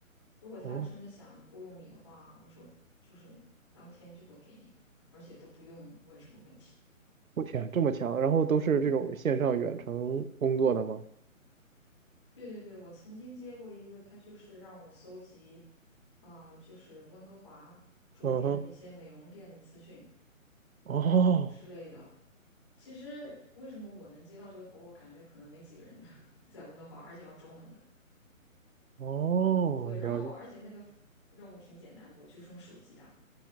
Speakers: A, on the left; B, on the right.
A: 如果他真的想雇佣你的话，
B: 哦，
A: 有时候就是当天就会给你，而且都不用问什么问题。
B: 我天，这么强！然后都是这种线上远程工作的吗？
A: 对对对，我曾经接过一个，他就是让我搜集，啊、就是温哥华周边的一些美容店的资讯
B: 嗯哼，哦
A: 之类的。其实为什么我能接到这个活儿，我感觉可能没几个人在 <laughs> 在温哥华，而且要中文的。
B: 哦，
A: 对，然后而且那个任务挺简单的，
B: 了解。
A: 我就是用手机打，